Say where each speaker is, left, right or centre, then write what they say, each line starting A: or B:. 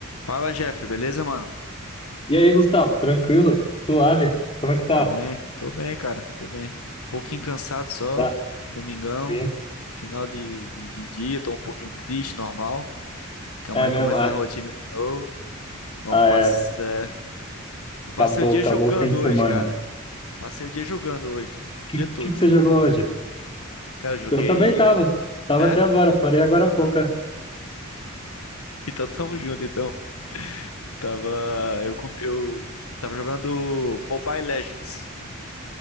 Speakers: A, on the left; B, on the left.
A: Fala, Jeff, beleza, mano?
B: E aí, Gustavo, tranquilo? Suave? Como é que tá?
A: Tá bem? Tô bem, cara, tô bem. Um pouquinho cansado só,
B: Tá.
A: domingão,
B: Sim.
A: final de, de, de dia, tô um pouquinho triste, normal, que amanhã
B: É mesmo?
A: começa
B: Ah,
A: a rotina de novo. Bom,
B: ah,
A: eu passe-
B: é.
A: é, eu passei
B: Acabou,
A: o dia
B: acabou
A: jogando
B: o fim de
A: hoje,
B: semana.
A: cara.
B: O
A: Passei o dia jogando hoje, o
B: que,
A: dia todo.
B: que, que você jogou hoje?
A: Cara, joguei.
B: Eu também tava. Tava
A: É?
B: até agora, parei agora há pouco. é.
A: Então tamo junto, então. pô. Tava. Eu, com- eu tava jogando Mobile Legends.